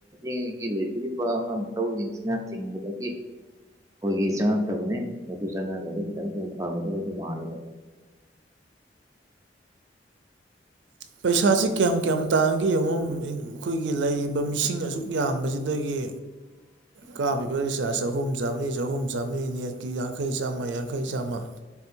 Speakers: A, on the right; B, on the right.
A: ꯍꯤꯡꯒꯤ ꯂꯩꯕꯤꯔꯤꯕ ꯑꯉꯥꯡ ꯃꯇꯊꯧꯁꯤꯡꯁꯤꯅ ꯊꯤꯡꯕꯗꯒꯤ ꯑꯩꯈꯣꯏꯒꯤ ꯆꯪꯉꯛꯇꯕꯅꯦ ꯃꯗꯨ ꯆꯪꯉꯛꯑꯒꯗꯤ ꯈꯤꯇꯪ ꯊꯨꯝ ꯐꯒꯗꯕꯗꯤ ꯃꯥꯜꯂꯤꯗ
B: ꯄꯩꯁꯥꯁ ꯀꯌꯥꯝ ꯀꯌꯥꯝ ꯇꯥꯟꯅꯒꯦ ꯌꯦꯡꯉꯣ ꯑꯩꯈꯣꯏꯒꯤ ꯂꯩꯔꯤꯕ ꯃꯤꯁꯤꯡ ꯑꯁꯨꯛ ꯌꯥꯝꯕꯁꯤꯗꯒꯤ
A: <inaudible>
B: ꯀꯥꯞꯕꯤꯕ ꯔꯤꯆꯥꯔꯖ ꯆꯍꯨꯝ ꯆꯥꯝꯃꯔꯤ ꯆꯍꯨꯝ ꯆꯥꯝꯃꯔꯤ ꯅꯦꯠꯀꯤ ꯌꯥꯡꯈꯩ ꯆꯥꯝꯃ ꯌꯥꯡꯈꯩ ꯆꯥꯝꯃ